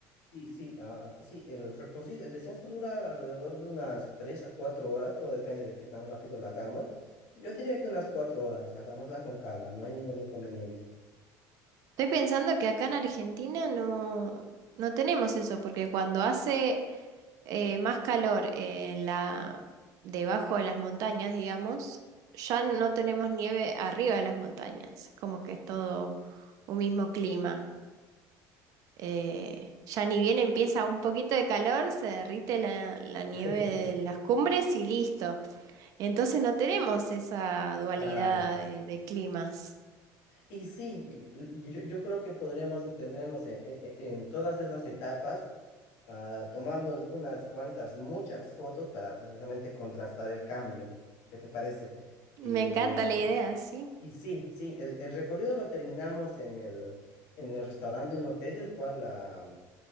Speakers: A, on the left (about 90°); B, on the right (about 45°).
A: Sí, sí, ah, sí, el recorrido, el descenso dura alrededor de unas 3 a 4 horas, todo depende de qué tan rápido lo hagamos. Yo diría que unas 4 horas, hagámosla con calma, no hay ningún inconveniente.
B: Estoy pensando que acá en Argentina no, no tenemos eso, porque cuando hace eh, más calor en la, debajo de las montañas, digamos, ya no tenemos nieve arriba de las montañas, como que es todo un mismo clima. Eh, ya ni bien empieza un poquito de calor, se derrite la, la nieve
A: <laughs>
B: de las cumbres y listo. Entonces no tenemos esa dualidad
A: Claro.
B: de, de climas.
A: Y sí, l- yo, yo creo que podríamos detenernos en, en- en todas esas etapas a tomarnos unas cuantas, muchas fotos para precisamente contrastar el cambio. ¿Qué te parece?
B: Me
A: Y,
B: encanta la idea, sí.
A: y sí, sí, el, el recorrido lo terminamos en el, en el restaurante de un hotel, el cual ah,